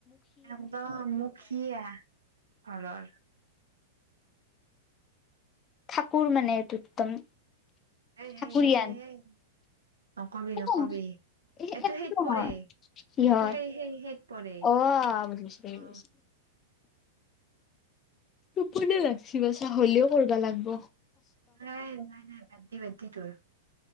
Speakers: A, on the right (about 80°); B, on the left (about 30°).
A: একদম মুখিয়া ঘৰৰ
B: ঠাকুৰ মানে এইটো একদম।
A: এই
B: ঠাকুৰীয়ান
A: এই এই এই এই নকবি
B: একো
A: নকবি
B: নহয়
A: এইটো
B: একো
A: সেইত
B: নহয়
A: পৰে এইটো
B: সিহঁত
A: সেই সেই সেইত পৰে
B: অ বুজিছো বুজিছো
A: অ
B: টোপনিয়ে লাগছে বাচা হ'লেও কৰিবা লাগিব
A: নাই নাই নাই বাদ দে বাদ দে তৰ